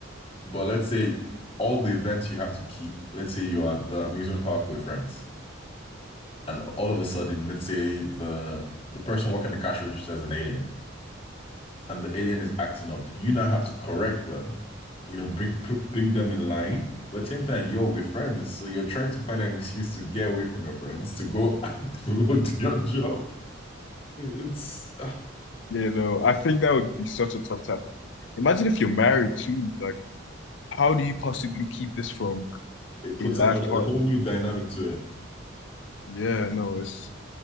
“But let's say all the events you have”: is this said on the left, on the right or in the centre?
Left